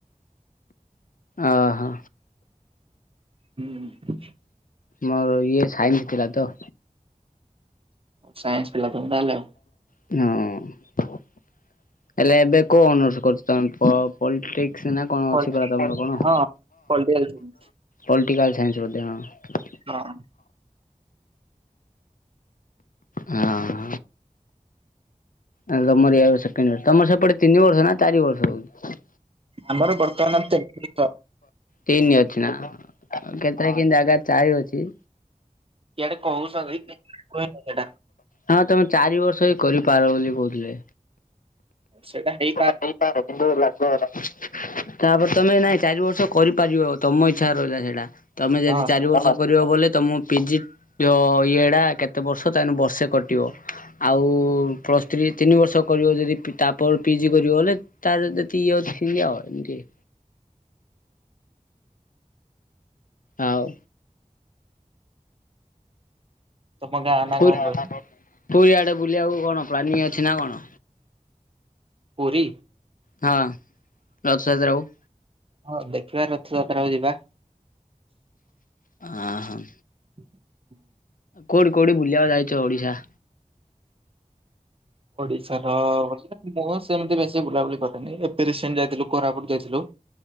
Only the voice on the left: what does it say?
ଓହୋ।
ମୋର ଇଏ ସାଇନ୍ସ ଥିଲା ତ।
ହଁ। ହେଲେ ଏବେ କୋଉ ଅନର୍ସ କରୁଚ ପ-ପଲିଟିକ୍ସ ନା କଣ
ଅଛି ପରା ତମର କଣ
ପଲିଟିକାଲ ସାଇନ୍ସ ବୋଧେ ହଁ।
ହଁ। ଏ ତମର ଆ ସେକଣ୍ଡ ଇଅର ତମର ସପଟେ ତିନି ବର୍ଷ ନା ଚାରି ବର୍ଷ ହୋଉଚି?
ତିନି ଅଛି ନା କେତେ କିନ୍ ଜାଗା ଚାରି ଅଛି।
ହଁ ତମେ ଚାରି ବର୍ଷ ବି କରିପାର ବୋଲି କୋହୁଥିଲେ
ହେଇପାରେ କିନ୍ତୁ ଲାଗୁହେରା ତାପରେ ତମେ ନାଇଁ ଚାରି ବର୍ଷ କରିପାରିବ ତମ ଇଚ୍ଛା ରହିଲା ସେଟା ତମେ ଯଦି
ଚାରି
ବର୍ଷ କରିବ ବୋଲି ତମ ପିଜି ଅ ଇଏଟା କେତେ ବର୍ଷ ତାନେ ବର୍ଷେ କଟିବ। ଆଉ ପ୍ଲସ ଥ୍ରୀ ତିନି ବର୍ଷ କରିବ ଯଦି ପି ତାପରେ ପିଜି କରିବ ହେଲେ ତାର ଯଦି ଇଏ ଅଛି <unintelligible> ଆଉ
ପୁରୀ
ପୁରୀଆଡେ ବୁଲିବାକୁ କଣ ପ୍ଲାନିଂ ଅଛି ନା କଣ?
ହଁ ରଥଯାତ୍ରାକୁ?
ଆହଁ।
କୋଉଠିକି କୋଉଠିକି ବୁଲିବାକୁ ଯାଇଛ ଓଡିଶା?